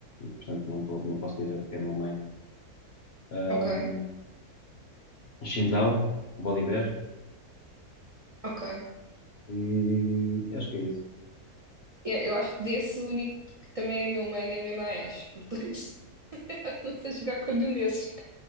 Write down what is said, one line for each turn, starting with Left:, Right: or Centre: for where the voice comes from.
Left: portanto não, po- não posso dizer que é o meu main. Um,
Right: ok,
Left: Xin Zhao, o Volibear,
Right: ok.
Left: E acho que é isso.
Right: É, Eu acho que desse o único que também é meu main é mesmo a Ashe, portanto <laughs> não sei jogar com nenhum desses.